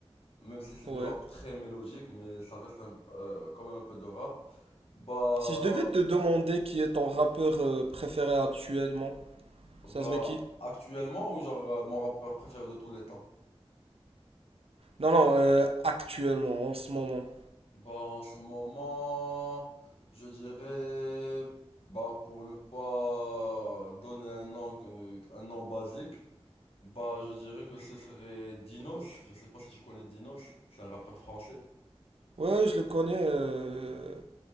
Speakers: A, on the left (about 65°); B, on the right (about 65°).
A: même si c'est
B: Ouais.
A: du rap très mélodique, mais ça reste un- euh, quand même un peu de rap. Bah
B: Si je devais te demander qui est ton rappeur euh, préféré actuellement, ça
A: bah
B: serait qui?
A: actuellement ou genre euh, mon rappeur préféré de tous les temps?
B: Non, non, euh, actuellement, en ce moment.
A: Bah, en ce moment, je dirais, bah, pour ne pas donner un nom, que- un nom basique, bah, je dirais que ce serait Dinos. Je sais pas si tu connais Dinos. C'est un rappeur français.
B: Ouais, je le connais, euh,